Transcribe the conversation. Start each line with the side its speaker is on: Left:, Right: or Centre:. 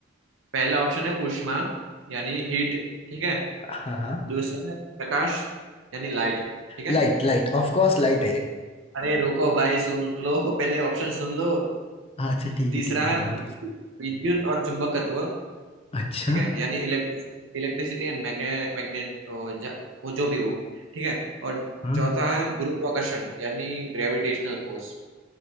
Right: पहला ऑप्शन है ऊष्मा यानी हीट ठीक है
Left: हाँ हाँ
Right: दूसरा है प्रकाश यानी लाइट ठीक है
Left: Light light of course light है
Right: अरे रुको भाई सुन लो पहले ऑप्शन सुन लो
Left: अच्छा ठीक
Right: तीसरा
Left: है ठीक है बताओ
Right: है विद्युत और चुंबकत्व
Left: बताओ। अच्छा
Right: ठीक है यानी electric electricity and magnet magnet वो जो भी हो ठीक है और
Left: हाँ
Right: चौथा है गुरुत्वाकर्षण यानी ग्रेविटेशनल फोर्स